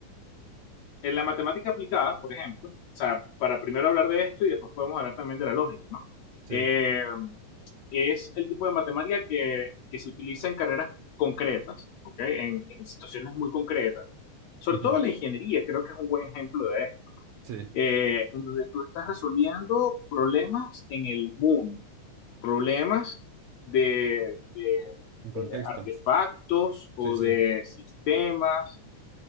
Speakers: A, on the left; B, on the right.
A: en la matemática aplicada, por ejemplo, o sea, para primero hablar de esto y después podemos hablar también de la lógica, ¿no?
B: Sí,
A: Eh, es el tipo de matemática que, que se utiliza en carreras concretas, ¿okay? en, en, situaciones muy concretas. Sobre
B: ujú,
A: todo la ingeniería, creo que es un buen ejemplo de esto,
B: sí,
A: eh, en donde tú estás resolviendo problemas en el mundo, problemas de, de,
B: un
A: de
B: contexto.
A: artefactos o
B: Sí, sí,
A: de sistemas